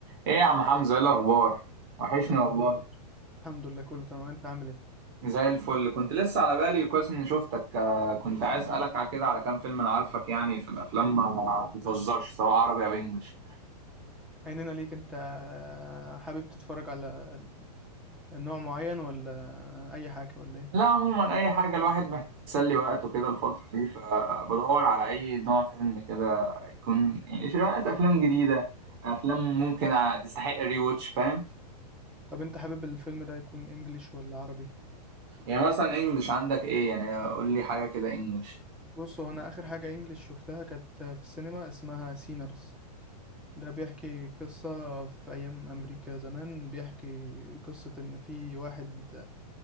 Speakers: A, on the right (about 35°); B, in the centre.
A: ايه يا عم حمزة ايه الاخبار وحشني
B: الحمد
A: والله
B: لله الحمد لله كله تمام انت عامل ايه
A: زي الفل كنت لسه على بالي كويس اني شفتك آه، كنت عايز اسالك على كده على كام فيلم انا عارفك يعني في الافلام ما
B: اه
A: بتهزرش
B: يا باشا
A: سواء عربي او انجليش
B: هيننا ليك انت حابب تتفرج على نوع معين ولا اي حاجة ولا ايه
A: لا عموما اي حاجه الواحد محتاج يسلي وقته كده الفتره دي فبدور على اي نوع فيلم كده يكون يعني شوية افلام جديده افلام ممكن
B: اه
A: تستحق ري واتش فاهم
B: طب انت حابب الفيلم ده يكون انجليش ولا عربي
A: يعني مثلا انجليش عندك ايه يعني قول لي حاجه كده انجليش
B: بص هو انا اخر حاجة انجليش شفتها كانت في السينما اسمها سينرز ده بيحكي قصة في أيام أمريكا زمان بيحكي قصة إن في واحد